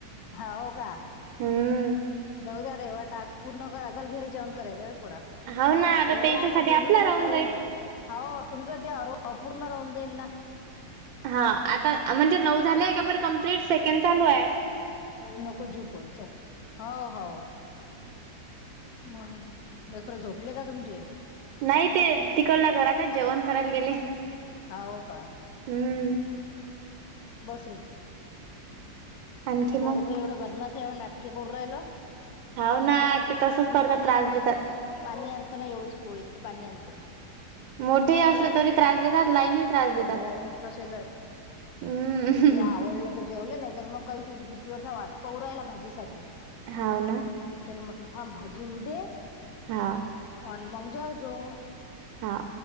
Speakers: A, on the left; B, on the right.
A: हाव का.
B: हम्म.
A: जाऊ दे आता एवढा टास्क पूर्ण करा, चल घरीे जेवण करायचय पोरा.
B: हो ना
A: एवढ
B: त्याच्यासाठी
A: आता
B: आपला
A: बोलून
B: राहून
A: घ्या ताई
B: जाईल
A: हो तुमच. ते अपूर्ण राहून जाईल ना.
B: <inaudible> हा आता म्हणजे नऊ झालेय का बरं कंमप्लीट? सेकंड चालूय.
A: नको जीव पोळी चल हो हो म्हणून लेकरु झोपले का तुमचे?
B: नाई ते तिकडला घरातच जेवण करायला गेले.
A: होव का.
B: हम्म.
A: बस रे,
B: आणखी
A: पोरगं
B: मग
A: एवढा बदमाश हाय म्हणणार. की करू राहिल,
B: हाव ना ते तसच
A: मी
B: करतात
A: पाणी
B: त्रास
A: आणतो
B: देतात
A: ना. पाणी आणतो ना एवढीच पोळी द त पाणी आणतोय मी.
B: मोठेही असले
A: ज
B: तरी त्रास देतात लहानही त्रास देतात
A: हो तसेच हाय.
B: हम्म
A: हे आवडलं तर जेवलं नाय तर मग काईच नाय तू किती वर्ष वाट पाउ रायला भाजीसाठी?
B: हाव ना.
A: त्याला म्हटलं, थांब भाजी होऊ दे.
B: हा.
A: अन मग जेव जो.
B: हां.